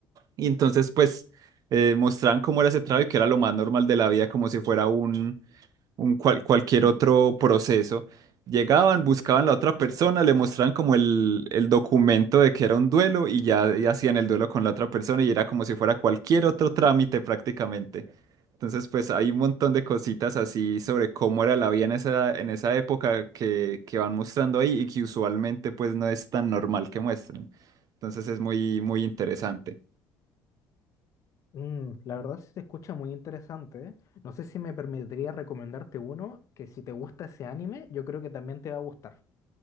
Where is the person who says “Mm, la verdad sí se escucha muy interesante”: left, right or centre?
Left